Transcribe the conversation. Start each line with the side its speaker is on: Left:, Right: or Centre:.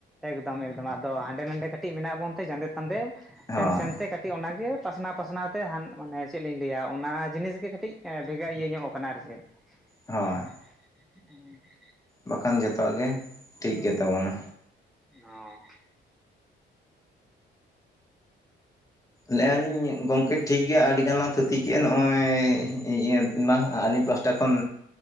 Centre: ᱮᱠᱫᱚᱢ ᱮᱠᱫᱚᱢ ᱟᱫᱚ ᱦᱟᱸᱰᱮ ᱱᱟᱰᱮ ᱠᱟᱹᱴᱤᱜ ᱢᱮᱱᱟᱜ ᱵᱚᱱ ᱛᱮ ᱡᱟᱸᱫᱮ ᱛᱟᱱᱫᱮ ᱥᱮᱱ
Left: ᱦᱳᱭ
Centre: ᱥᱮᱱᱛᱮ ᱠᱟᱹ ᱴᱤᱜ ᱚᱱᱟᱜᱮ ᱯᱟᱥᱱᱟᱣ ᱯᱟᱥᱱᱟᱣ ᱛᱮ ᱦᱟᱱ ᱢᱟᱱᱮ ᱪᱮᱫ ᱞᱤᱧ ᱞᱟᱹᱭᱟ ᱚᱱᱟ ᱡᱤᱱᱤᱥ ᱜᱮ ᱠᱟᱹᱴᱤᱜ ᱵᱷᱮᱜᱟᱨ ᱤᱭᱟᱹ ᱧᱚᱜ ᱠᱟᱱᱟ ᱟᱨ ᱪᱮᱫ᱾ <inaudible>
Left: ᱦᱳᱭ,
Centre: <inaudible>
Left: ᱵᱟᱠᱷᱟᱱ ᱡᱷᱚᱛᱚᱟᱜ ᱜᱮ ᱴᱷᱤᱠ ᱜᱮᱛᱟᱵᱚᱱᱟ᱾
Centre: ᱚᱸ
Left: ᱞᱟᱹᱭ ᱟᱞᱤᱧ ᱜᱚᱝᱠᱮ ᱴᱷᱤᱠ ᱜᱮᱭᱟ ᱟᱹᱰᱤ ᱜᱟᱱ ᱞᱟᱝ ᱛᱷᱩᱛᱤ ᱠᱮᱫᱼᱟ ᱱᱚᱜᱼᱚᱭ ᱤᱭᱟᱹ ᱢᱟ ᱟᱹᱞᱤᱧ ᱯᱟᱥᱴᱟ, ᱴᱟ ᱠᱷᱚᱱ